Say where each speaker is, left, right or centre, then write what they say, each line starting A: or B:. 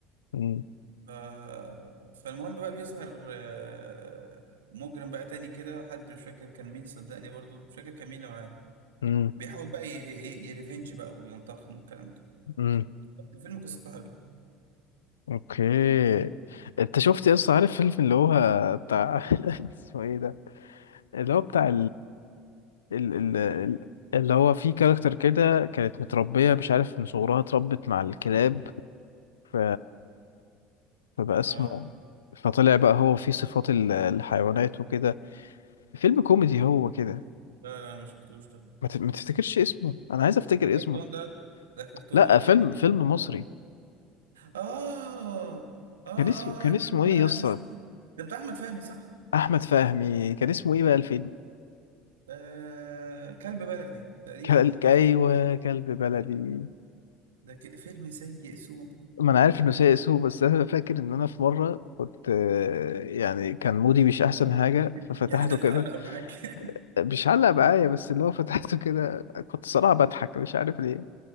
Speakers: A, on the left (about 85°); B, on the right (about 85°).
A: امم
B: ف... فالمهم بقى بيظهر آه، مجرم بقى تاني كده حد مش فاكر كان مين صدقني برضو مش فاكر كان مين اللي معاه
A: امم
B: بيحاول بقى ي- ي- يريفنج بقى وينتقم والكلام ده
A: امم
B: بس الفيلم قصته حلوه
A: اوكي انت شفت يا اسطى عارف فيلم اللي هو بتاع <laughs> اسمه ايه ده اللي هو بتاع ال ال ال-
B: ايه
A: اللي هو في كاركتر كده كانت متربية مش عارف من صغرها اتربت مع الكلاب ف... فبقى اسمه
B: اه
A: فطلع بقى هو فيه صفات ال- الحيوانات وكده فيلم كوميدي هو كده
B: لا لا ما شفتوش ده
A: ما, ت... ما تفتكرش اسمه انا عايز افتكر
B: ده كرتون
A: اسمه
B: ده ده كرتون
A: لا
B: ولا
A: فيلم
B: انمي
A: فيلم مصري
B: اه اه اه
A: كان اسمه كان
B: آه، يا
A: اسمه
B: عم لا
A: ايه يا
B: لا
A: اسطى
B: مش فاكر ده بتاع احمد فهمي صح
A: احمد فهمي كان اسمه ايه بقى الفيلم
B: آه كلب بلدي تقريبا
A: كل... ايوه كلب بلدي
B: ده ك- فيلم سيء سوء
A: ما انا عارف انه سيء سوء بس انا فاكر ان انا في مره كنت آه، يعني كان مودي مش احسن حاجه
B: <laughs>
A: ففتحته
B: يعني ده اللي
A: كده
B: علق معاك <laughs>
A: مش علق معايا بس اللي هو فتحته كده كنت صراحه بضحك مش عارف ليه